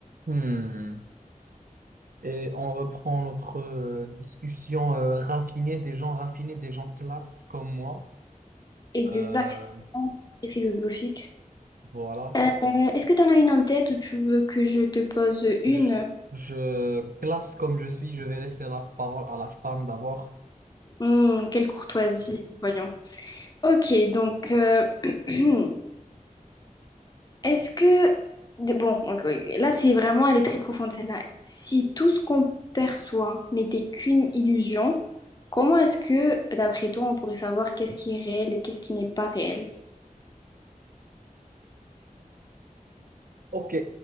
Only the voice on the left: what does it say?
Exactement,
c'est philosophique.
Euh, est-ce que tu en as une en tête ou tu veux que je te pose une?
Hmm, quelle courtoisie, voyons. Ok, donc, euh, <clears throat> est-ce que... de- Bon, ok, ok. Là, c'est vraiment, elle est très profonde, celle-là. Si tout ce qu'on perçoit n'était qu'une illusion, comment est-ce que, d'après toi, on pourrait savoir qu'est-ce qui est réel et qu'est-ce qui n'est pas réel?